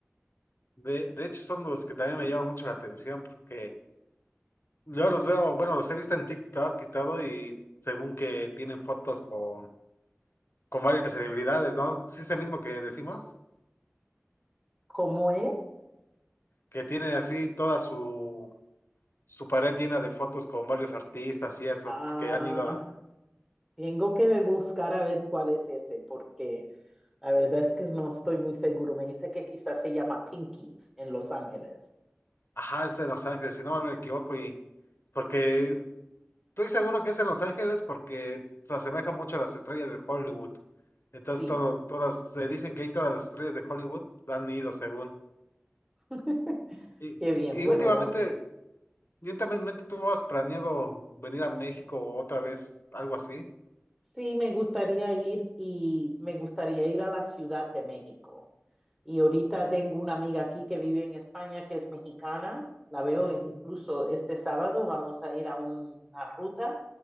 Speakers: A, on the left; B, in the centre.
A: De, de hecho, son los que también me llaman mucho la atención porque yo los veo, bueno, los he visto en TikTok y todo, y según que tienen fotos con, con varias celebridades, ¿no? Sí, es el mismo que decimos,
B: ¿Cómo es?
A: que tiene así toda su, su pared llena de fotos con varios artistas y eso,
B: Ah,
A: que han ido a,
B: tengo que buscar a ver cuál es ese porque la verdad es que no estoy muy seguro. Me dice que quizás se llama Pinkies en Los Ángeles.
A: ajá, es en Los Ángeles, si no me equivoco, y porque estoy seguro que es en Los Ángeles porque se asemeja mucho a las estrellas de Hollywood. Entonces,
B: Sí.
A: todos, todas, se dicen que ahí todas las estrellas de Hollywood han ido según.
B: <laughs>
A: Y,
B: Qué bien.
A: y
B: Bueno,
A: últimamente,
B: lo,
A: y últimamente tú has planeado venir a México otra vez, algo así.
B: Sí, me gustaría ir y me gustaría ir a la Ciudad de México. Y ahorita tengo una amiga aquí que vive en España que es mexicana. La veo incluso este sábado. Vamos a ir a una ruta